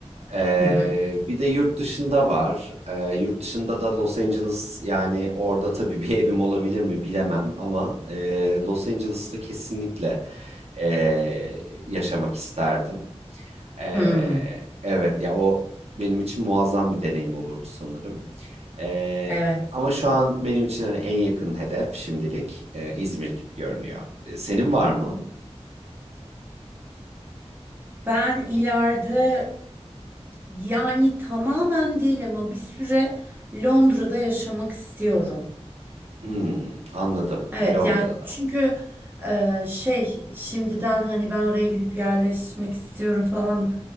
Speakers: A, on the right; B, on the right.
A: Ee,
B: Hı hı.
A: bir de yurt dışında var. Ee, yurt dışında da Los Angeles yani orada tabii bir evim olabilir mi bilemem ama e, Los Angeles'ta kesinlikle e, yaşamak isterdim. Ee,
B: Hmm,
A: evet ya o benim için muazzam bir deneyim olurdu sanırım. Ee,
B: evet.
A: ama şu an benim için hani en yakın hedef şimdilik e, İzmir gibi görünüyor. E, senin var mı?
B: Ben ileride yani tamamen değil ama bir süre Londra'da yaşamak istiyorum.
A: Hmm, anladım
B: Evet
A: Londra'da.
B: ya çünkü e, şey şimdiden hani ben oraya gidip yerleşmek istiyorum falan